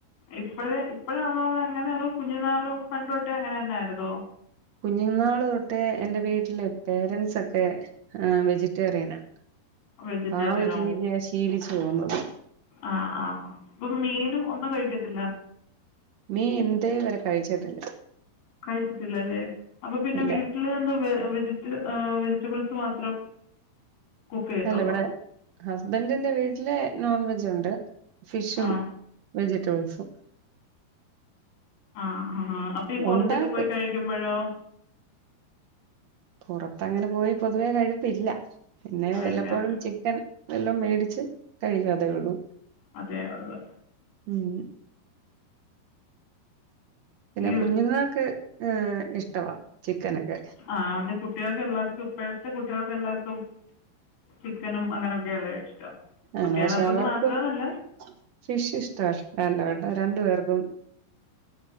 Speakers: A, on the left; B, on the right.
A: ഇപ്പഴെ ഇപ്പഴാന്നോ അതോ അങ്ങനെ അതോ കുഞ്ഞു നാളു പണ്ട് തൊട്ടേ അങ്ങനെ തന്നായിരുന്നോ
B: കുഞ്ഞുനാള് തൊട്ടേ എന്റെ വീട്ടില് പേരൻ്റ്സൊക്കെ ആഹ് വെജിറ്റേറിയനാ,
A: വെജിറ്റേറിയൻ
B: അപ്പൊ ആ ഒരു രീതിയ ശീലിച്ചു പോന്നത്.
A: ആഹ് ആഹ് അപ്പൊ മീനും ഒന്നും കഴിക്കത്തില്ല?
B: മീൻ ഇന്തേ വരെ കഴിച്ചിട്ടില്ല.
A: കഴിച്ചിട്ടില്ലല്ലേ. അപ്പൊ പിന്നെ
B: ഇല്ല
A: വീട്ടില് എന്താ വെ വെജിറ്റ വെജിറ്റബിൾസ് മാത്രം കുക്ക് ചെയ്യത്തുള്ളോ
B: അല്ല, ഇവടെ ഹസ്ബന്റിന്റെ വീട്ടില് നോൺ വെജുണ്ട് ഫിഷും
A: ആ
B: വെജിറ്റബിൾസും.
A: ആഹ് ആഹ് അപ്പ ഈ പൊറത്തൊക്കെ
B: ഉണ്ടാക്കും
A: പോയി കഴിക്കുമ്പഴോ?
B: പൊറത്തങ്ങനെ പോയി പൊതുവേ കഴിപ്പില്ല പിന്നെ
A: കഴിക്കാറില്ല
B: വല്ലപ്പോഴും ചി ക്കൻ വല്ലോം മേടിച്ച് കഴികതേ ഒള്ളൂ.
A: അതെ ഒള്ളൂ.
B: ഉം. പിന്നെ
A: ഈ
B: കുഞ്ഞുങ്ങളക്കെ ഇഷ്ടവാ ചിക്കനൊക്കെ.
A: ആഹ്, അത് കുട്ടികക്ക് എല്ലാവർക്കും ഇപ്പഴത്തെ കുട്ടികൾക്ക് എല്ലാവർക്കും ചിക്കനും അങ്ങനെയൊക്കെയെല്ലേ ഇഷ്ടം കുട്ടികളെക്കൊന്ന്
B: ആണ് പക്ഷെ അവർക്കും
A: മാത്രന്നല്ല
B: ഫിഷ് ഇഷ്ട വേണ്ട വേണ്ട രണ്ടു പേർക്കും.